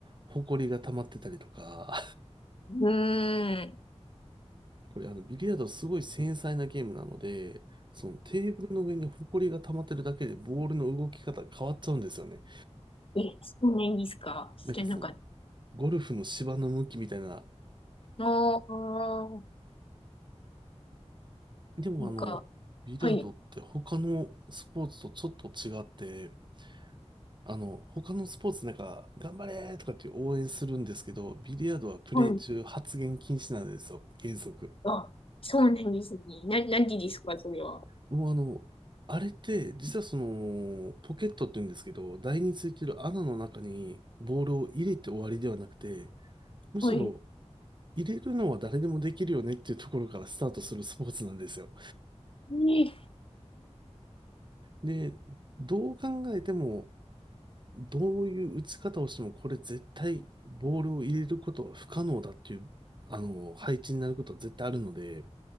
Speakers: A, on the right (about 45°); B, on the left (about 55°).
A: 埃が溜まってたりとか、
B: うーん。
A: これあの、ビリヤードはすごい繊細なゲームなので、そのテーブルの上にホコリが溜まってるだけでボールの動き方変わっちゃうんですよね。
B: え、そうなんですか。知らなかっ
A: なんかその、ゴルフの芝の向きみたいな。
B: た。ああ、
A: でもあの、
B: なんか、
A: ビリヤードって他のスポーツとちょっと違って、
B: はい、
A: あの、他のスポーツなんか、頑張れーとかって応援するんですけど、ビリヤードはプレイ中発言禁止なんですよ、
B: はい。
A: 原則。
B: あ、そうなんですね。な、何時ですか、それは。
A: もうあの、あれって、実はその、ポケットって言うんですけど、台についてる穴の中にボールを入れて終わりではなくて、むしろ
B: はい。
A: 入れるのは誰でもできるよねっていうところからスタートするスポーツなんですよ。
B: ええ、
A: で、どう考えても、どういう打ち方をしても、これ絶対ボールを入れることは不可能だっていう、あの、配置になることは絶対あるので、